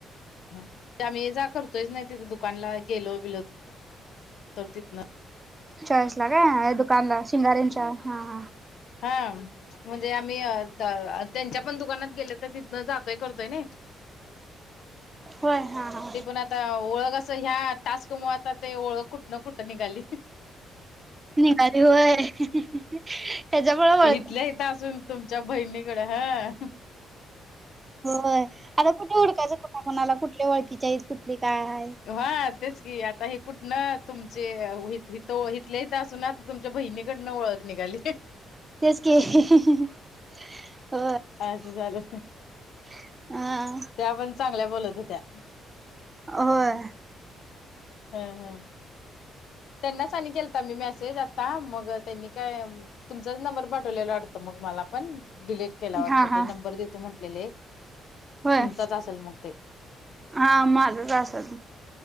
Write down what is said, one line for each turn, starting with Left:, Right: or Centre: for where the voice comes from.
Left: ह ते आम्ही ये जा करतोच नाही, तिथे दुकानला गेलो बिलो तर तिथन
Right: चॉईस ला काय हाय दुकानला शिंगारंच्या, हा हा.
Left: हा, म्हणजे आम्ही त त्यांच्या पण दुकानात गेले तर तिथनं जातोय करतोय नाही.
Right: होय हा हा.
Left: ते पण आता ओळख असं, ह्या टास्कमुळे आता ते ओळख कुठन कुठं निघाली.
Right: निघाली होय ह्याच्यामुळे वळ
Left: इथल्या इथं असून तुमच्या बहिणीकडे हां.
Right: होय, आता कुठ हुडकायचं कुणा, कोणाला कुठले ओळखीचे आहेत कुठली काय?
Left: व्हय तेच की, आता हे कुठन तुमचे व्हुईत. तो इथल्या इथ असून आता तुमच्या बहिणीकडनं ओळख निघाली.
Right: तेच क
Left: असं झालं
Right: हा
Left: त्या पण चांगल्या बोलत होत्या.
Right: होय.
Left: हम्म हम्म त्यांनाच आणि केेलता मी मेसेज आता मग त्यांनी काय तुमचाच नंबर पाठवलेला वाटतं मग मला पण डिलीट केला वाटतं
Right: हा
Left: ते
Right: हा
Left: नंबर देतो म्हटलेले.
Right: होय
Left: तुमचाच असेल मग ते.
Right: हा माझचं आसल.